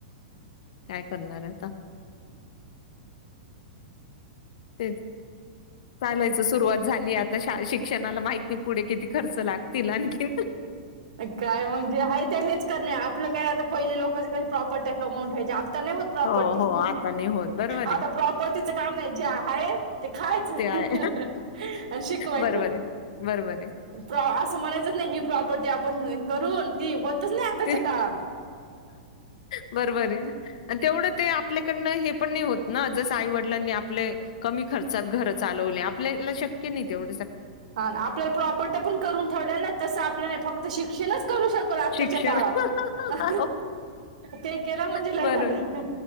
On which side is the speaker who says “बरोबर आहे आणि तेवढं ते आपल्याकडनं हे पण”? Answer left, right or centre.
Left